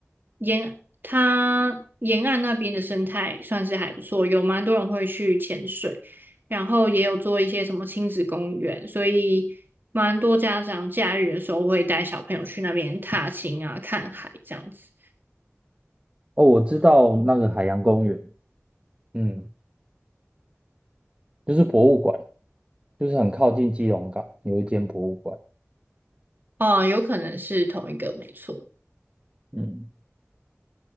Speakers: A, on the right (about 45°); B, on the right (about 20°).
A: 沿它沿岸那边的生态算是还不错，有蛮多人会去潜水，然后也有做一些什么亲子公园，所以蛮多家长假日的时候会带小朋友去那边踏青啊、看海这样子。
B: 哦，我知道那个海洋公园，嗯，就是博物馆，就是很靠近基隆港有一间博物馆，
A: 啊、有可能是同一个，没错。
B: 嗯，